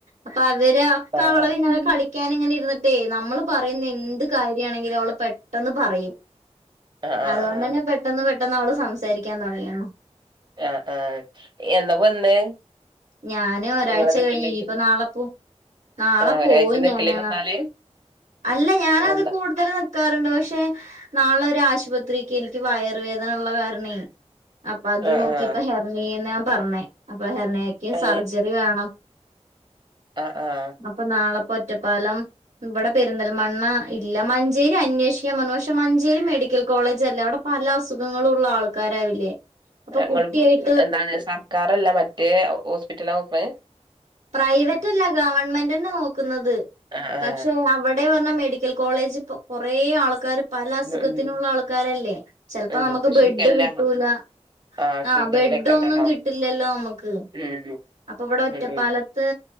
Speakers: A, on the right; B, on the right.
A: അപ്പൊ അവര് ഒക്കെ
B: ആ
A: അവള പിന്നെ കളി ക്കാനിങ്ങനെ ഇരുന്നിട്ടേ നമ്മള് പറയുന്ന എന്ത് കാര്യാണെങ്കിലും അവള് പെട്ടെന്ന് പറയും
B: ആ ആ ആ
A: അതുകൊണ്ടന്നെ പെട്ടെന്ന് പെട്ടെന്ന് അവള് സംസാരിക്കാൻ തുടങ്ങിയിരിന്നു
B: ആഹ് ആഹ് എന്നാ വന്ന്
A: ഞാന് ഒരാഴ്ച
B: നിങ്ങളെ വീട്ടിലോട്ട്
A: കഴിഞ്ഞു ഇനിപ്പൊ നാളെപ്പോവും നാളെ
B: ആ ഒരാഴ്ച
A: പോവും
B: നിക്കല്
A: ഞാന്
B: വന്നാല്
A: അല്ല ഞാനത്
B: വന്ന
A: കൂടുതല് ക്കാറുണ്ട് പക്ഷെ നാളെ ഒരു ആശുപത്രിക്ക് എനിക്ക് വയറുവേദന ഉള്ള കാരണേ അപ്പത്
B: ആ
A: നോക്കിപ്പൊ
B: ആ
A: ഹെർണിയെന്നാ പർഞ്ഞെ അപ്പൊ ഹെർണിയക്ക്
B: ഏ
A: സർജറി വേണം
B: ആഹ് ആഹ്
A: അപ്പൊ നാളെപ്പൊറ്റപ്പാലം വ്വടെ പെരിന്തൽമണ്ണ ഇല്ല മഞ്ചേരി അന്വേഷിക്കാൻ പർഞ്ഞു പക്ഷെ മഞ്ചേരി മെഡിക്കൽ കോളേജല്ലെ അവടെ പല അസുഖങ്ങളും ഉള്ള ആൾക്കാരാവില്ലേ അപ്പൊ
B: ങ്ങള്
A: കുട്ടിയായിട്ട്
B: പ്പൊ എന്താണ് സർക്കാരല്ല മറ്റേ ഹോസ്പിറ്റലാ നോക്ക്ണേ
A: പ്രൈവറ്റല്ല ഗവൺമെന്റന്നെ നോക്കുന്നത്
B: ആ ആ
A: പക്ഷേ അവിടെ പർഞ്ഞ മെഡി ക്കൽ കോളേജ്പ്പൊ കൊറേ ആൾക്കാര് പല അസുഖത്തിനുള്ള
B: ഉം ഉം
A: ആൾക്കാരല്ലേ ചെലപ്പോ
B: ഉം
A: നമുക്ക്
B: ഇപ്പൊ
A: ബെഡ്
B: ഷിഗല്ല
A: കിട്ടൂല
B: ആ
A: ആഹ്
B: ഷിഗല്ലൊക്കെ
A: ബെഡോന്നും
B: ഇണ്ടല്ലോ
A: കിട്ടില്ലല്ലോ നമ്മക്ക്
B: ഉം ഉം
A: അപ്പൊവിടെ ഒറ്റപ്പാല
B: ഉം ഉം
A: ലത്ത്